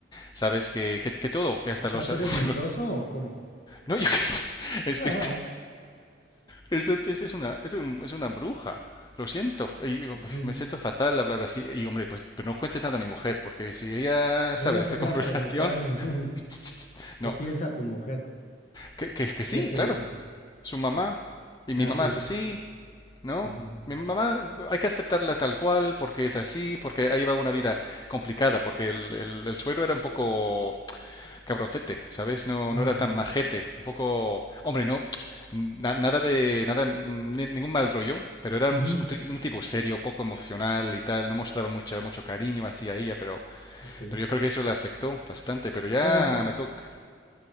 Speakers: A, on the left; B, on the left.
A: ¿sabes? Que, que, que todo, que hasta los...
B: ¿Ya tú
A: ad-
B: eres
A: <laughs>
B: mugroso o cómo?
A: No, yo qué sé, es
B: <laughs>
A: que este, este- este es una, es un- es una bruja, lo siento, y,
B: Ujú.
A: pues, me siento fatal de hablar así, y hombre, pues pero no cuentes nada a mi mujer, porque si ella
B: Es
A: sabe
B: lo
A: de esta
B: que te
A: conversación...
B: va a preguntar.
A: <laughs>
B: <laughs> ujú. ¿Qué
A: No,
B: piensa tu mujer?
A: que, que, que sí,
B: ¿Ya qué
A: claro,
B: dice?
A: su mamá,
B: Ay,
A: y mi
B: Ah,
A: mamá
B: sí.
A: es así, ¿no?
B: Ujú,
A: Mi mamá hay que aceptarla tal cual porque es así, porque ella lleva una vida complicada, porque el, el, el suegro era un poco cabroncete, ¿sabes? No,
B: ujú,
A: no era tan
B: ujú,
A: majete, un poco... Hombre, no, na- nada de... nada ni- ningún mal rollo, pero era
B: ujú.
A: un, t- un tipo serio, poco emocional y tal, no mostraba mucha, mucho cariño hacia ella, pero,
B: Ok.
A: pero yo creo que eso le afectó bastante, pero ya
B: Bueno.
A: me toca...